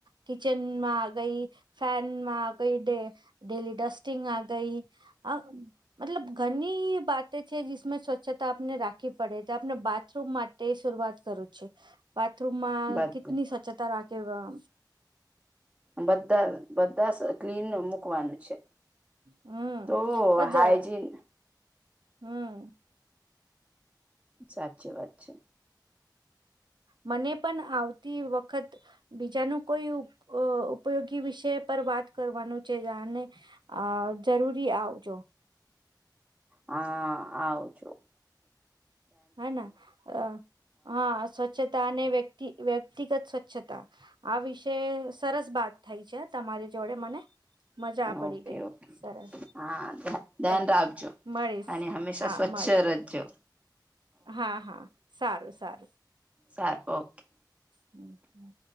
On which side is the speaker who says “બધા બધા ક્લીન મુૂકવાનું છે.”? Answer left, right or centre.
Right